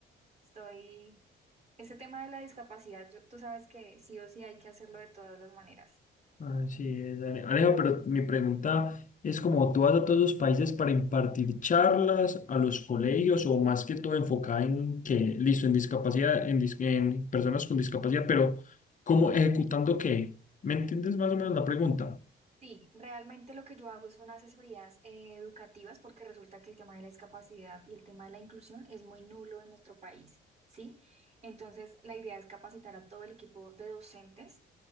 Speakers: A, on the right; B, on the left.
A: Estoy... Ese tema de la discapacidad, yo- tú sabes que sí o sí hay que hacerlo de todas las maneras.
B: Así es, Ale- Aleja, pero mi pregunta es como tú vas a todos los países para impartir charlas a los colegios o más que todo enfocada en que, listo, en discapacidad, en, dis- en personas con discapacidad, pero ¿cómo ejecutando qué? ¿Me entiendes más o menos la pregunta?
A: Sí, realmente lo que yo hago son asesorías eh, educativas porque resulta que el tema de la discapacidad y el tema de la inclusión es muy nulo en nuestro país, ¿sí? Entonces, la idea es capacitar a todo el equipo de docentes